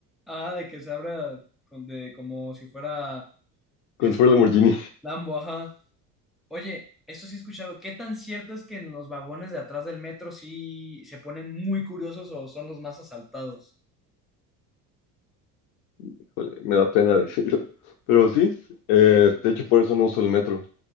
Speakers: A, in the centre; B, on the left.
A: Ah, de que se abra con- de- como si fuera este
B: Con su Lamborghini, <laughs>
A: Lambo, ajá. Oye, eso sí he escuchado. ¿Qué tan cierto es que en los vagones de atrás del metro sí se ponen muy curiosos o son los más asaltados?
B: Híjole, me da pena decirlo. Pero sí, eh, de hecho por eso no uso el metro.